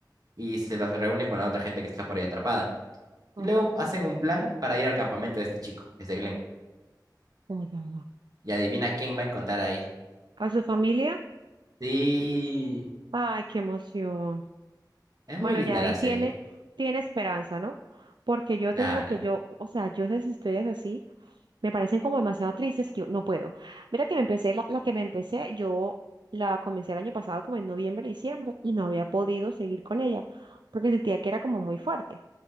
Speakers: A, on the right (about 55°); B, on the right (about 85°).
A: y se los reúne con la otra gente que está por ahí atrapada.
B: ok.
A: Y luego hacen un plan para ir al campamento de este chico, que es de Glenn.
B: Ya, ya, ya.
A: Y adivina quién va a encontrar ahí.
B: ¿A su familia?
A: Sí.
B: Ay, qué emoción.
A: Es
B: Bueno,
A: muy linda
B: ya ahí
A: la
B: tiene,
A: serie.
B: tiene esperanza, ¿no? Porque yo
A: Clara.
B: te digo que yo, o sea, yo esas historias así me parecen como demasiado tristes que yo no puedo. Mira que me empecé, la, la que me empecé, yo la comencé el año pasado como en noviembre, diciembre, y no había podido seguir con ella porque sentía que era como muy fuerte.